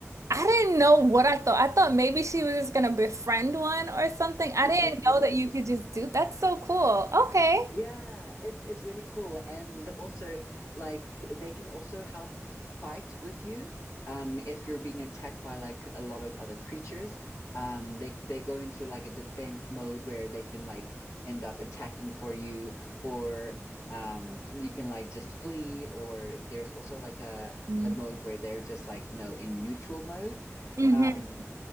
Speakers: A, on the right; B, on the left.
A: I didn't know what I thought. I thought maybe she was just gonna befriend one or something. I
B: <laughs>
A: didn't know that you could just do that's so cool. Okay.
B: Yeah, it's it's really cool. And also like they can also help fight with you um if you're being attacked by like a lot of other creatures. Um they they go into like a defense mode where they can like end up attacking for you or um you can like just flee or there's also like a
A: Mm.
B: a mode where they're just like, you know, in neutral mode.
A: hmm
B: Um